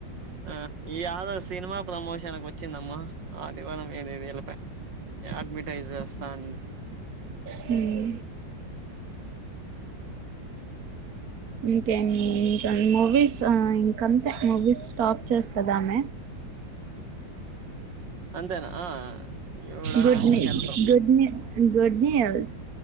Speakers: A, on the right (about 70°); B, on the right (about 50°).
A: ఆ ఈ ఆడు సినిమా ప్రమోషన్కి వచ్చిందమ్మా ఆదివారం ఏనేది వె అడ్వటైజ్ చేస్తాం
B: హ ఇంకేంమి ఇంకా మూవీస్ ఆ ఇంకంతే మూవీస్ స్టాప్ చేస్తుదా ఆమె
A: అంతేనా ఆ ఇవిడ
B: గుడ్
A: ఆయమ్మ
B: నట్
A: health
B: good new good news